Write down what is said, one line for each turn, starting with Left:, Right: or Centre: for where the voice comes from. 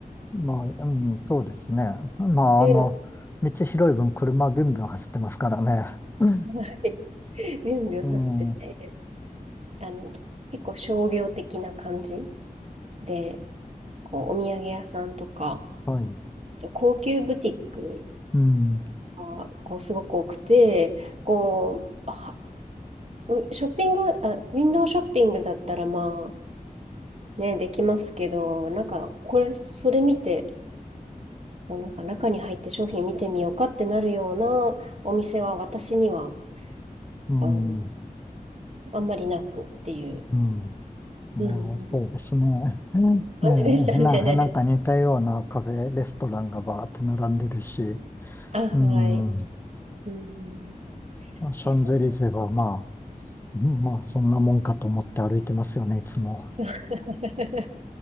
Left: まあ、うん、そうですね。まあ、
Right: ていうの
Left: あの、道広い分車ビュンビュン走ってますからね。う
Right: が、<laughs> はい、<laughs> ビュンビュン走ってて、
Left: ん、うん
Right: あの結構商業的な感じでこうお土産屋さんとか
Left: はい、
Right: 高級ブティック
Left: うん、
Right: がこうすごく多くてこうはうショッピング、あ、ウィンドウショッピングだったらまあね、できますけど、なんかこれ、それ見て、もうなんか中に入って商品見てみようかってなるようなお店は私には、
Left: うん、
Right: あの、
Left: う
Right: あんまりなくっていう、
Left: ん、まあ、
Right: うん、
Left: そうですね。うんええ、
Right: 感じでしたね。
Left: な、なんか似たようなカフェ、レストランがバーって並んでるし、
Right: <laughs> あ、
Left: うん、
Right: はい。うん、
Left: シャンゼリゼはまあ、
Right: ですね。
Left: うんまあ、そんなもんかと思って歩いてますよね、いつも。
Right: <laughs>